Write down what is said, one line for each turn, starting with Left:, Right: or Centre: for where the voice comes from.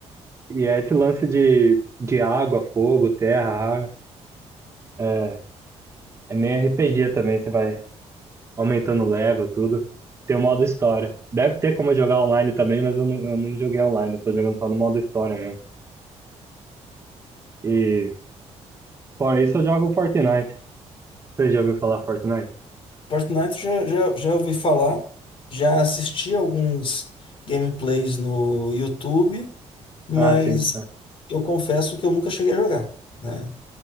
Right: E é esse lance de, de água, fogo, terra, ar. É. É meio RPG também, você vai aumentando o level, tudo. Tem o modo história. Deve ter como jogar online também, mas eu não, eu não joguei online, eu tô jogando só no modo história mesmo. E fora isso eu jogo Fortnite. Você já ouviu falar Fortnite?
Left: Fortnite já, já, já ouvi falar, já assisti alguns gameplays no YouTube, mas
Right: Ah, sim. é.
Left: eu confesso que eu nunca cheguei a jogar, né?